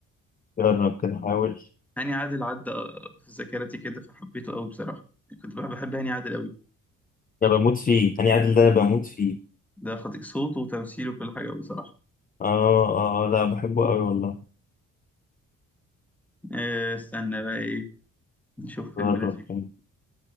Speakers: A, on the left; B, in the centre.
A: جرب كده حاول
B: هاني عادل عدى في ذاكرتي كده فحبيته قوي بصراحه كنت بحب بحب هاني عادل قوي
A: ده بموت فيه هاني عادل ده بموت فيه
B: ده خطيء صوته وتمثيله وكل حاجه بصراحه
A: اه اه لا بحبه قوي والله
B: أه... استنى بقى ايه نشوف فيلم
A: جرب
B: لذيذ
A: كده